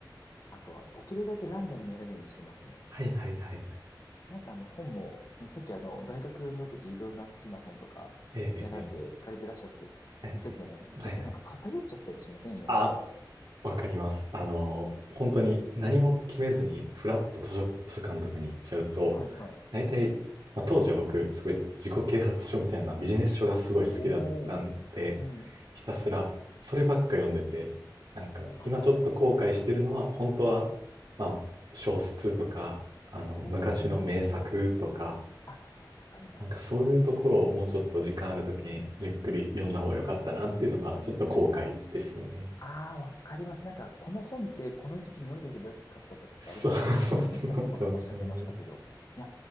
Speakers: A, on the left; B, on the right.
A: あとは、できるだけランダムに選ぶようにしてますね。
B: はいはいはいはい。
A: なんか、なんかあの本も、さっきあの、大学の時いろんな好きな本とか選んで借りてらっしゃって言ったじゃないですか。
B: ええええええはいはい。
A: 結構なんか偏っちゃったりしませんよ、もう本って。
B: あ、わかります。あの、本当に何も決めずに、フラッと図書、図書館とかに行っちゃうと、
A: はいはい。
B: 大体、まあ、当時は僕、すごい自己啓発書みたいなビジネス書がすごい好きだったんで、
A: おお、うん。
B: ひたすらそればっか読んでて、なんか今ちょっと後悔してるのは、
A: あ、なるほど。
B: 本当は、まあ、小説とか、あの、
A: うんうんうん。
B: 昔の名作とか、
A: あ、わかります。
B: なんかそういうところをもうちょっと時間あるときにじっくり読んだ方が良かったなっていうのが、
A: うーん。
B: ちょっと後悔ですよね。
A: ああ、わかります。なんか、この本ってこの時期に読んでおけばよかったとかってありますよね。
B: そうそうそうそうそう。
A: その今、名作とかもおっしゃってましたけど。いや、